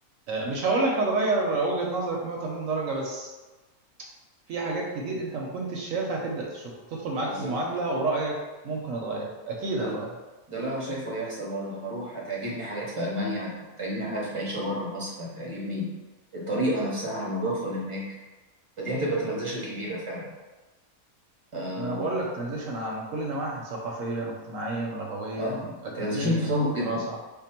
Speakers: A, on the right; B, on the right.
A: آه، مش هقول لك هتغير وجهة نظرك 180 درجة بس في حاجات كتير انت ما كنتش شايفها هتبدأ تشوفها هتدخل معاك
B: بالظبط
A: في المعادلة
B: كده
A: ورأيك ممكن اتغير اكيد
B: ده
A: هتغير
B: ال- ده اللي انا شايفه هيحصل برضه هروح هتعجبني حاجات في المانيا هت- هتعجبني حاجات في العيشه بره مصر هتعجبني الطريقه نفسها النظافه اللي هناك فدي هتبقى ترانزيشن كبيره فعلا آه
A: ما انا بقول لك ترانزيشن من كل النواحي ثقافيا واجتماعيا ولغويا
B: اه
A: واكاديميا
B: وترانزيشن تخوف
A: كدراسة
B: جدا